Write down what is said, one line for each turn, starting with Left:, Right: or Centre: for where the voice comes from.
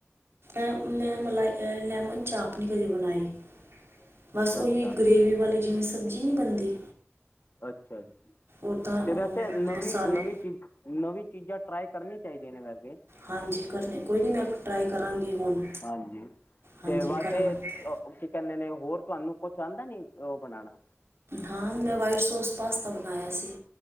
Right: ਅ ਮੈਂ ਮਲਾਈ ਲੈਮਨ ਚਾਪ ਨਹੀਂ ਕਦੀ ਬਣਾਈ। ਬਸ
Left: ਅੱਛਾ
Right: ਉਈ ਗਰੇੇਵੀ ਵਾਲੀ ਜਿਵੇਂ ਸਬਜ਼ੀ ਨਹੀਂ ਬਣਦੀ।
Left: ਅੱਛਾ ਜੀ।
Right: ਉੱਦਾਂ ਉਹ
Left: ਤੇ ਵੈਸੇ ਨਵੀਂ
Right: ਮਸਾਲੇ
Left: ਨਵੀਂ ਚੀਜ਼ ਨਵੀਂ ਚੀਜ਼ਾਂ ਟਰਾਈ ਕਰਨੀ ਚਾਹੀਦੀਆਂ ਨੇ ਵੈਸੇ।
Right: ਹਾਂਜੀ ਕਰਨ ਕੋਈ ਨਹੀਂ ਮੈਂ ਟਰਾਈ ਕਰਾਂਗੀ ਹੁਣ।
Left: ਹਾਂਜੀ
Right: ਹਾਂਜੀ
Left: ਤੇ ਵੈਸੇ
Right: ਕਰਾਂਗੀ
Left: ਕੀ ਕਹਿੰਦੇ ਨੇ ਹੋਰ ਤੁਹਾਨੂੰ ਕੁਛ ਆਉਂਦਾ ਨੀ ਉਹ ਬਣਾਉਣਾ।
Right: ਹਾਂ ਮੈਂ ਵਾਈਟ ਸੌਸ ਪਾਸਤਾ ਬਣਾਇਆ ਸੀ।